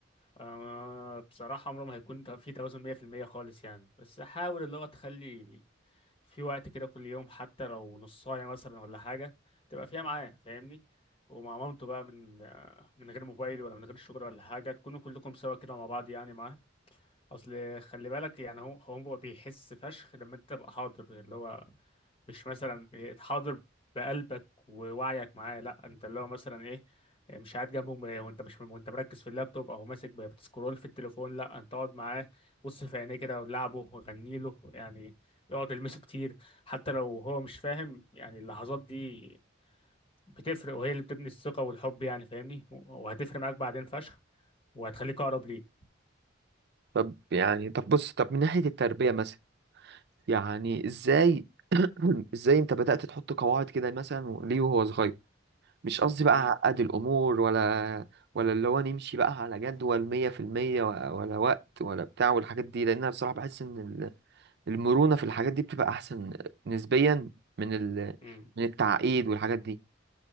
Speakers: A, on the left; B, on the right.
A: آه بصراحة عمره ما هيكون تو- في توازن 100% خالص يعني بس حاول اللي هو تخلي في وقت كده كل يوم حتى لو نص ساعة مثلا ولا حاجة تبقى فيها معاه فاهمني ومع مامته بقى من آه، من غير موبايل ولا من غير شغل ولا حاجة تكونوا كلكم سوا كده مع بعض يعني معاه أصل خلي بالك يعني هو هو بيحس فشخ لما أنت تبقى حاضر اللي هو مش مثلا إيه، حاضر بقلبك ووعيك معاه لا انت اللي هو مثلا ايه إيه، مش قاعد جنبه م- وانت مش وانت مركز في اللابتوب او ماسك ب- بتسكرول في التليفون لا انت اقعد معاه بص في عينيه كده ولعبه وغني له يعني اقعد المسه كتير حتى لو هو مش فاهم يعني اللحظات دي بتفرق وهي اللي بتبني الثقة والحب يعني فاهمني و- وهتفرق معاك بعدين فشخ وهتخليك اقرب ليه
B: طب يعني طب بص طب من ناحية التربية مثلا يعني ازاي <clears throat> ازاي انت بدأت تحط قواعد كده مثلا ليه وهو صغير مش قصدي بقى
A: امم
B: عقد الأمور ولا ولا اللي هو نمشي بقى على جدول مية في المية ولا وقت ولا بتاع والحاجات دي لأن أنا بصراحة بحس إن المرونة في الحاجات دي بتبقى أحسن نسبيا من ال...
A: امم
B: من التعقيد والحاجات دي